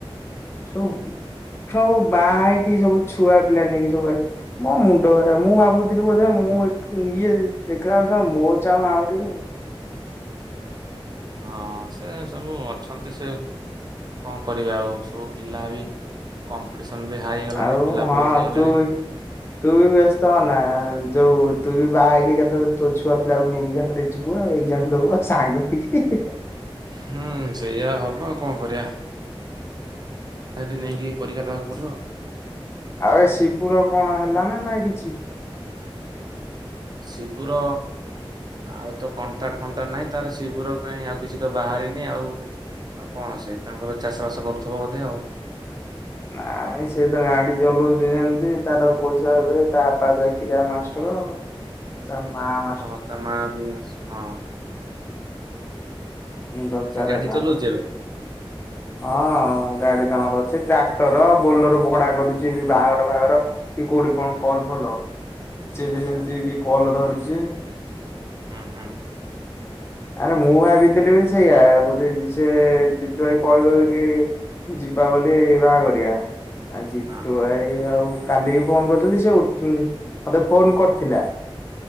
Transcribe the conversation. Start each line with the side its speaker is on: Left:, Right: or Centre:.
Left: ସବୁ ସବୁ ବାହା ହେଇକି ସବୁ ଛୁଆ ପିଲା ନେଇାକି ସବୁ ମୋ ମୁଣ୍ଡ ଖରାପ୍ ମୁଁ ଭାବୁଥିଲି ବୋଧେ ମୁଁ ଇଏ ଦେଖିଲା ବେଳୁ ମୋ ଚାହୁଁ ଆହୁରି
Right: ହଁ ସେ ସବୁ ଅଛନ୍ତି ସେ କଣ କରିବେ ଆଉ ସବୁ ପିଲା ବି କମ୍ପିଟିସନ୍ ବି ହାଏ ହେଇଗଲାଣି
Left: ଆଉ
Right: ପିଲା
Left: ହଁ
Right: ବହୁତ ହେଇଗଲେଣି
Left: ତୁ ତୁ ବି ବ୍ୟସ୍ତ ହେଓନା ଯୋଉ ତୁ ବି ବାହାହେଇକି କେତେବେଳେ ତୋ ଛୁଆ ପିଲାକୁ ନେଇକି ଗାଁ ରେ ତୁ ପା ଏକ୍ଜାମ୍ ଆଉ ଦବୁ ଆଉ ସାଙ୍ଗ ହେଇକି।
Right: ହୁଁ ସେଇଆ ହବ ଆଉ କଣ କରିବା ସେଠି ନେଇକି ପରୀକ୍ଷା ଦେବାକୁ ପଡ଼ିବ
Left: ଆଉ ଏ ଶିବୁର କଣ ହେଲା ନା ନାଇଁ କିଛି
Right: ଶିବୁର ଆଉ ତ କଣ୍ଟାଟେ ଫଣ୍ଟାଟେ ନାହିଁ ତାର ଶିବୁର କାହିଁ ଆଉ କିଛି ତ ବାହାରିନି ଆଉ ଆଉ କଣ ସେ ତାଙ୍କର ଚାଷ ବାସ କରୁଥିବ ବୋଧେ ଆଉ
Left: ନାଇଁ ସେ ତ ଗାଡି ଚଲେଉଛି ଯେମିତି ତାର ପଇସା ଏବେ ତା ବାପା ଚାକିରିଆ ମାଷ୍ଟର ଷ୍ଟର ଆଉ ତା ମାମା
Right: ହଁ ତା ମା ବି ଆସେ ହଁ
Left: ଦରକାର
Right: ସେ ଗାଡି
Left: ତାଙ୍କର।
Right: ଚଲଉଚି ଏବେ?
Left: ହଁ ଗାଡି ତାଙ୍କର ଅଛି ଟ୍ରାକ୍ଟର ବୋଲର ଭଡା କରୁଛି ବାହାଘର ଫାହାଘର। କି କୋଉଠି କଣ କଲ୍ ଫଲ ସିଏବି
Right: ଆଚ୍ଛା
Left: ଯେମତି ବି କଲ୍ ଧରୁଛି।
Right: ହୁଁ ହୁଁ।
Left: ଆରେ ମୁଁ ଭାବିଥିଲି ବି ସେଇଆ ବୋଧେ ଯିସ୍ ଯେ ଜିତୁ ଭାଇ କହିହିବ କି ଯିବା ବୋଲି ବାହା ଘରିଆ ଆ ଜିତୁ
Right: ହଁ
Left: ଭାଇ ଆଉ କାଲି ବି ଫୋନ୍ କରିଥିଲି ସେ ଉ ମତେ ଫୋନ କରିଥିଲା